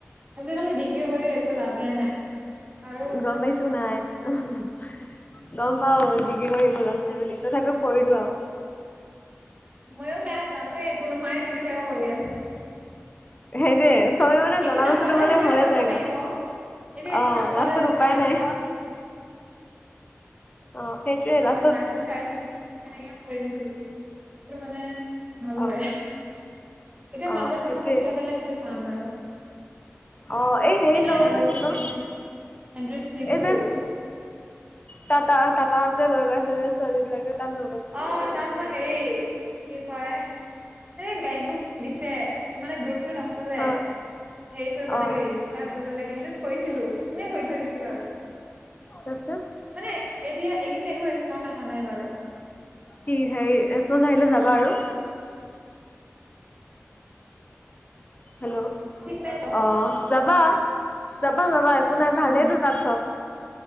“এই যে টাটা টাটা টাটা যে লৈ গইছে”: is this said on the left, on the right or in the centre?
Left